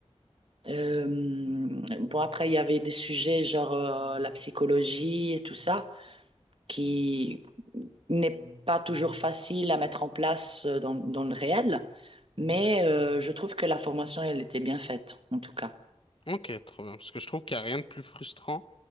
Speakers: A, on the right; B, on the left.
A: Euh, bon, après, il y avait des sujets genre euh, la psychologie et tout ça, qui n'est pas toujours facile à mettre en place euh, dans, dans le réel, mais euh, je trouve que la formation, elle était bien faite, en tout cas.
B: Ok, trop bien. Parce que je trouve qu'il n'y a rien de plus frustrant.